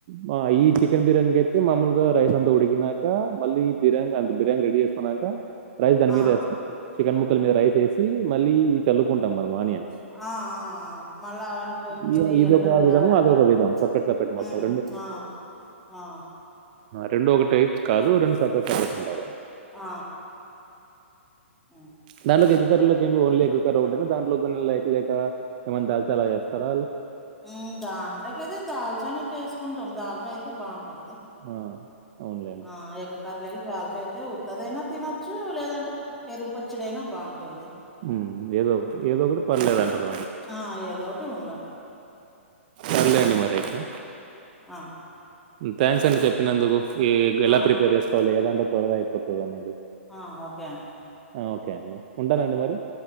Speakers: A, on the right (about 40°); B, in the centre.
A: మా ఈ చికెన్ బిర్యానీక అయితే మాముూలుగా రైస్ అంతా ఉడికిినక మళ్ళీ బిర్యానీ అంత బిర్యానీ రెడీ చేసుకున్నాక రైస్ దాని
B: ఆ
A: మీద వేస్తాం చికెన్ ముక్కల మీద రైస్ వేసి మళ్ళీ ఇ చల్లుకుంటాం ఆనియన్
B: ఆ ఆ మళ్ళా అవన్నీ కొత్తిమీరి
A: ఇ ఇదొక
B: ఎర్రగడ్డ
A: విధము,
B: అన్ని
A: అదొక విధం. సెపరేట్, సెపరేట్ మొత్తం
B: హు ఆ ఆ ఆ
A: రెండు ఒకటి కాదు రెండు సపరేట్ సపరేట్ కాదు
B: ఆ ఉమ్
A: నాలు గది చికెన్ లో కి ఓన్లీ ఎగ్ కర్రీ ఒకటేనా దానిలో లేక ఏమన్నా దాల్చాల చేస్తారా
B: హు దాంట్లోకి అయితే దాల్చచేస్ కుంటాం చాసా అయితే బాగుంటుంది
A: ఆ అవునులేండి.
B: ఆ ఎగ్ కలేగి దవాలతో ఉత్తదనా తినొచ్చు లేదంటే పెరుగు పచ్చిడి అయినా బాగుంటుంది
A: హ్మ్. ఏదో ఒకటి. ఏదో ఒకటి పర్లేదంటారు
B: ఆ ఏదోటి ే ఉండాలి
A: మదే అండి
B: ఉమ్,
A: మరి అయితే
B: ఆ
A: థ్యాంక్స్
B: ఆ
A: అండి చెప్పిన ఎందుకు ఈ ఎలా
B: ఆ
A: ప్రిపేర్ చేసుకోవాలి కదా ంటొలగాయి పతు అనేదది
B: ఆ ఓకే అండి
A: ఓకే అండి ఉంటానండి మరి.